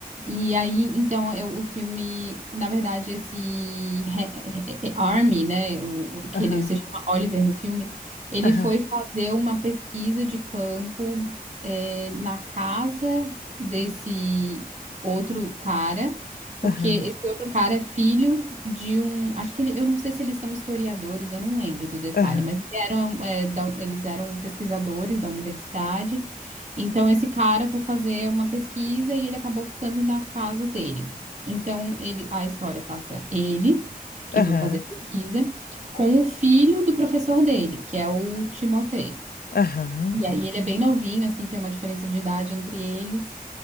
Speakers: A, on the right (about 45°); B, on the left (about 80°).
A: E aí, então, eu- o filme, na verdade, esse re- é- é- Army, né, o, o- que
B: Aham,
A: ele se chama Oliver no filme, ele
B: aham,
A: foi fazer uma pesquisa de campo é, na casa desse outro cara, porque
B: aham,
A: esse outro cara é filho de um, acho que ele, eu não sei se eles são historiadores, eu não lembro do detalhe,
B: aham,
A: mas eles eram, é, da- eles eram pesquisadores da universidade. Então, esse cara foi fazer uma pesquisa e ele acabou ficando na casa dele. Então, ele, a história passa ele, que
B: aham,
A: foi fazer a pesquisa, com o filho do professor dele, que é o Timothée.
B: aham.
A: E aí, ele é bem novinho, assim, tem uma diferença de idade entre eles.